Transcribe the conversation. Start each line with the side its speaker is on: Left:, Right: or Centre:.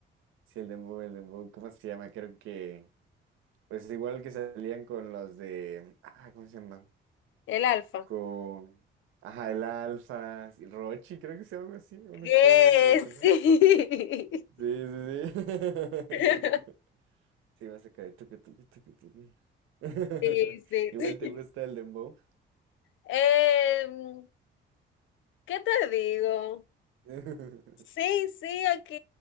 Right: Sí, el dembow, el dembow, ¿cómo se llama? Creo que, pues igual que salían con los de, ah, ¿cómo se llama?
Left: El alfa.
Right: Con, ajá, el Alfa, sí, Rochi, creo que se llama algo así, uno
Left: ¿Qué?
Right: que sabe igual con él.
Left: Sí.
Right: Sí, sí, sí. <laughs>
Left: <laughs>
Right: Sí, más acá de tucu, tucu, tucu, tucu. <laughs>
Left: Sí, sí,
Right: Igual te
Left: sí.
Right: gusta el dembow.
Left: <laughs> Em, ¿qué te digo?
Right: <laughs>
Left: Sí, sí, aquí,